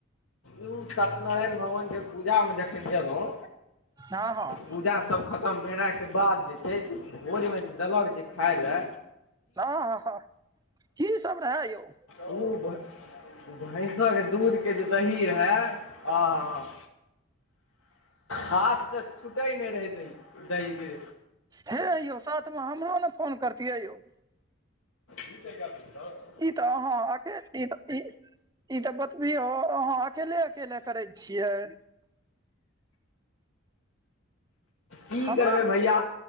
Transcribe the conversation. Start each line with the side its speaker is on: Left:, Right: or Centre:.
Left: ऊ सत्यनारायण भगवान के पूजा मे जखन गेलहुं,
Right: हँ हँ
Left: पुजा सब खतम भेलाके बाद जे छै से भोजमे देलक जे खाइ ले
Right: आ हा हा हा की सब रहय यौ
Left: ओ भैंसक दूध के जे दही रहै आ हा हाथ से छूटै नै रहै दही दही के
Right: हे यौ साथमे हमरो नै फोन करतियै यौ
Left: दु टका दै छहक
Right: ई तऽ अहाँ अतेक ई ई ई तऽ बतबियो अहाँ अकेले अकेले करै छियै।
Left: की
Right: हमरो
Left: करबै भैया